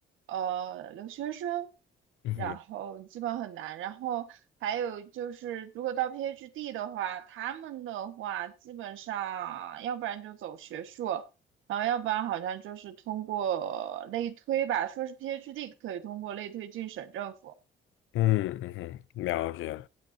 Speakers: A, on the right; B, on the left.
A: 呃留学生，
B: 嗯哼，
A: 然后基本很难。然后还有就是，如果到 PhD 的话，他们的话基本上，要不然就走学术，然后要不然好像就是通过类推吧，说是 PhD 可以通过类推进省政府，
B: 嗯嗯哼，了解。